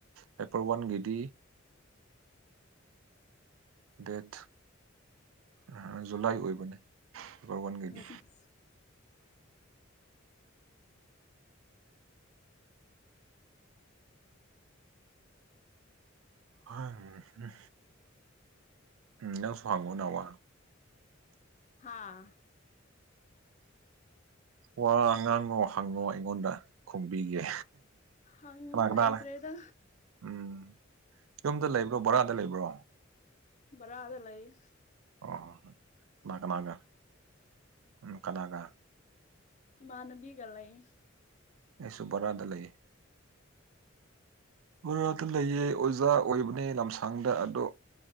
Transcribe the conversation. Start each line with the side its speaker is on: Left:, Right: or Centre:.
Right: ꯄꯦꯄꯔ ꯋꯥꯟꯒꯤꯗꯤ ꯗꯦꯠ ꯑ ꯖꯨꯂꯥꯏ ꯑꯣꯏꯕꯅꯦ ꯄꯦꯄꯔ ꯋꯥꯟꯒꯤꯗꯤ
Left: ꯑ ꯑꯗꯨꯅꯦ
Right: <unintelligible> ꯎꯝ ꯅꯪꯁꯨꯍꯪꯉꯣ ꯅꯥ ꯋꯥ
Left: ꯍꯥꯥ
Right: ꯋꯥ ꯉꯥꯡꯉꯣ ꯍꯪꯉꯣ ꯑꯩꯉꯣꯟꯗ ꯈꯨꯝꯕꯤꯒꯦ
Left: ꯍꯪꯕ
Right: ꯀꯅꯥ ꯀꯅꯥ
Left: ꯍꯩꯇ꯭ꯔꯦꯗ
Right: ꯂꯩ ꯎꯝ ꯌꯨꯝꯗ ꯂꯩꯕ꯭ꯔꯣ ꯚꯔꯥꯗ ꯂꯩꯕ꯭ꯔꯣ
Left: ꯚꯔꯥꯗ ꯂꯩꯌꯦ
Right: ꯑꯣ ꯀꯅꯥ ꯀꯅꯥꯒ ꯎꯝ ꯀꯅꯥꯒ
Left: ꯏꯃꯥꯟꯅꯕꯤꯒ ꯂꯩꯌꯦ
Right: ꯑꯩꯁꯨ ꯕꯔꯥꯗ ꯂꯩꯌꯦ ꯕꯔꯥꯗ ꯂꯩꯌꯦ ꯑꯣꯖꯥ ꯑꯣꯏꯕꯅꯦ ꯂꯝꯁꯥꯡꯗ ꯑꯗꯣ